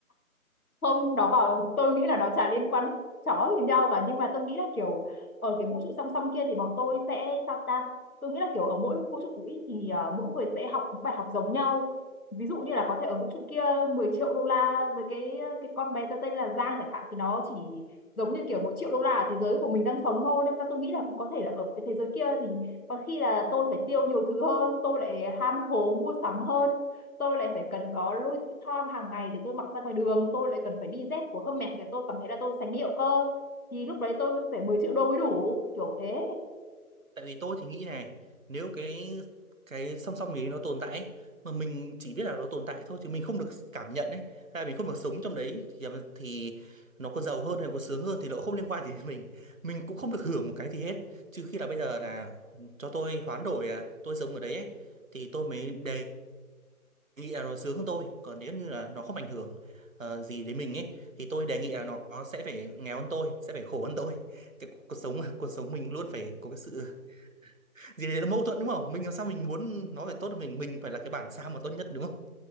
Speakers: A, on the left (about 75°); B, on the right (about 60°).
A: không nó bảo tôi nghĩ là nó chả liên quan chó gì nhau cả nhưng mà tôi nghĩ là kiểu ở cái vũ trụ song song kia thì bọn tôi sẽ sao ta tôi nghĩ là kiểu ở mỗi vũ trụ ý thì à, mỗi người sẽ học những bài học giống nhau ví dụ như là có thể ở vũ trụ kia 10 triệu đô la với cái ờ, cái con bé tớ tên là Giang chẳng hạn thì nó chỉ giống như kiểu một triệu đô la ở thế giới của mình đang sống thôi nên là tôi nghĩ là cũng có thể là ở cái thế giới kia thì có khi là tôi phải tiêu nhiều thứ hơn tôi lại ham hố mua sắm hơn tôi lại phải cần có Louis Vuitton hàng ngày để tôi mặc ra ngoài đường tôi lại cần phải đi dép của Hermes để tôi cảm thấy là tôi sành điệu cơ thì lúc đấy tôi phải 10 triệu đô mới đủ kiểu thế
B: tại vì tôi thì nghĩ này nếu cái cái song song ấy nó tồn tại ấy, mà mình chỉ biết là nó tồn tại thôi chứ mình không được cảm nhận ấy hay là mình không được sống trong đấy thì thì nó có giàu hơn hay có sướng hơn thì nó không liên quan gì đến mình mình cũng không được hưởng một cái gì hết trừ khi là bây giờ là cho tôi hoán đổi là tôi sống ở đấy ấy thì tôi mới đề nghị là nó sướng hơn tôi còn nếu như là nó không ảnh hưởng ờ, gì đến mình ấy thì tôi đề nghị là nó, nó sẽ phải nghèo hơn tôi sẽ phải khổ hơn tôi cái cuộc sống cuộc sống mình luôn phải có cái sự gì đấy là mâu thuẫn đúng không mình làm sao mình muốn nó phải tốt hơn mình mình phải là cái bản sao mà tốt nhất đúng không